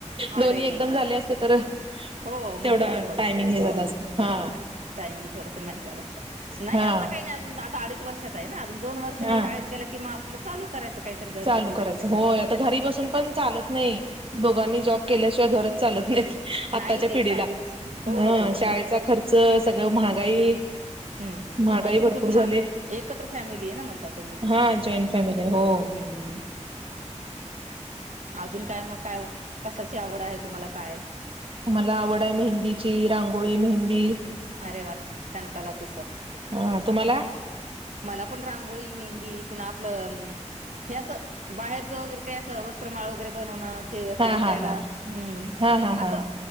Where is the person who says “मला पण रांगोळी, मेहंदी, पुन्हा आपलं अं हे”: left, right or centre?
Right